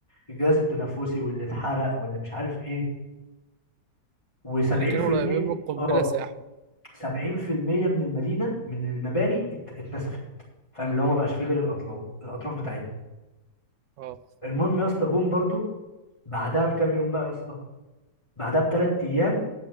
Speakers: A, on the left; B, on the right.
A: الجهاز التنفسي واللي اتحرق واللي مش عارف ايه و70%
B: اللي كانوا قريبين من القنبله
A: اه
B: ساحوا
A: 70% من المدينه من المباني ات- اتنسفت فاهم اللي هو ما بقاش فيه غير الاطلاف الاطراف بتاعتها
B: اه
A: المهم يا اسطى جم برضو بعدها بكام يوم بقى يا اسطى بعدها بثلاث ايام